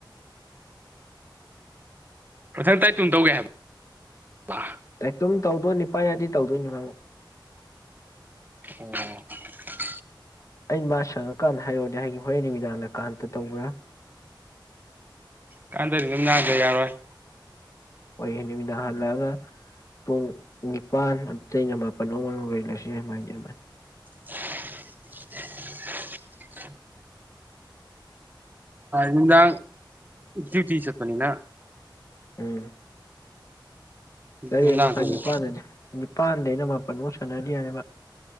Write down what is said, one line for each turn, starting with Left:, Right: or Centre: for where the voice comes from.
Right: ꯃꯊꯪ ꯇꯥꯏꯇꯨꯝ ꯇꯧꯒꯦ ꯍꯥꯏꯕ
Left: ꯇꯨꯝ ꯇꯧꯗꯣꯏ ꯅꯤꯄꯥꯏ ꯌꯥꯗꯤ ꯇꯧꯗꯣꯏꯅꯤ ꯍꯥꯏꯕꯨꯨ
Right: ꯑꯣꯝ
Left: ꯑꯩ ꯃꯥ ꯁꯪꯉꯀꯥꯟꯗ ꯍꯥꯏꯔꯣꯗꯤꯦ ꯍꯥꯏꯒꯤ ꯍꯣꯔꯦꯟ ꯅꯨꯃꯤꯗꯥꯡꯅ ꯀꯥꯟꯝꯇ ꯇꯧꯕ꯭ꯔꯥ
Right: ꯀꯥꯟꯇꯔꯤ ꯅꯅꯥꯗ ꯌꯥꯔ ꯑꯣꯏꯣꯏ
Left: ꯍꯣꯏꯌꯦ ꯅꯨꯃꯤꯗꯥꯡ ꯍꯜꯂꯛꯑꯒ ꯄꯨꯡ ꯅꯤꯄꯜ ꯑꯩꯅ ꯃꯥꯄꯟ ꯎꯔꯂꯁꯤ ꯍꯥꯏꯃꯦ
Right: <inaudible> ꯅꯨꯗ ꯆꯔꯠ ꯄꯅꯤꯅ
Left: ꯎꯝ ꯇꯔꯦꯠ
Right: ꯅꯨꯡꯗꯥꯡ
Left: ꯃꯈꯥꯏ
Right: ꯇꯧꯔꯦ
Left: ꯅꯤꯄꯥꯜꯗꯗꯤ ꯅꯤꯄꯜꯗꯩꯅ ꯃꯥꯄꯜꯃꯧ ꯁꯥꯟꯅꯗꯤ ꯌꯥꯅꯦꯕ